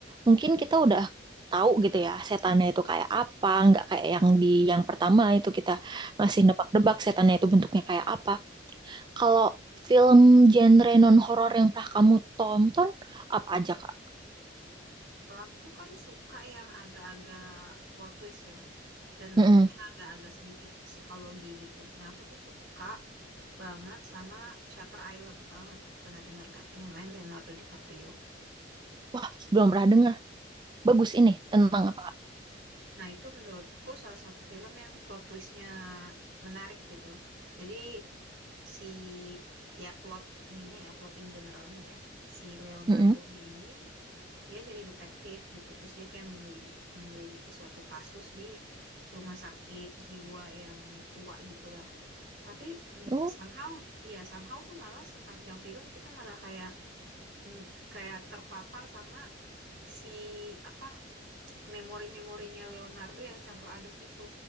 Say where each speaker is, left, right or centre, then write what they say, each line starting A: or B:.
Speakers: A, on the right; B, on the right.
A: mungkin kita udah tahu gitu ya setannya itu kayak apa, nggak kayak yang di yang pertama itu kita
B: Mm-mm.
A: masih nebak-nebak setannya itu bentuknya kayak apa. Kalau film genre non-horor yang pernah kamu tonton, apa aja, Kak?
B: Kalau aku tuh kan suka yang agak-agak plot twist ya. Dan
A: Mm-mm.
B: mungkin agak-agak sedikit psikologi gitu. Nah aku tuh suka banget sama Shutter Island. Kamu pernah denger nggak? Yang main Leonardo DiCaprio.
A: Wah, belum pernah dengar. Bagus ini. Tentang apa?
B: Nah, itu menurutku salah satu film yang plot twistnya menarik gitu. Jadi si ya plot ininya ya plot in generalnya ya si Leonardo-nya
A: Mm-mm.
B: ini dia jadi detektif gitu terus dia kayak menyelidiki menyelidiki suatu kasus di rumah sakit jiwa yang tua gitulah tapi mm,
A: Oh,
B: somehow ya somehow tuh malah sepanjang film kita malah kayak mm, kayak terpapar sama si apa memori-memorinya Leonardo yang campur aduk gitu.